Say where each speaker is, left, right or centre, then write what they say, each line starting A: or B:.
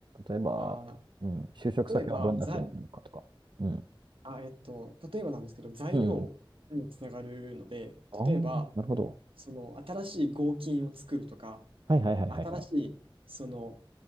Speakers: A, on the right (about 60°); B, on the right (about 80°).
A: 例えば、
B: あ
A: うん、就職先はどんな風になるのかとか。
B: ー、例えば、ざ、
A: うん。
B: あ、えっと、例えばなんですけど、材料につながるので、
A: うん。うんああー、
B: 例えば、
A: なるほど。
B: その新しい合金を作るとか、
A: はいはいはいはいはい。
B: 新しい、
A: 理
B: その、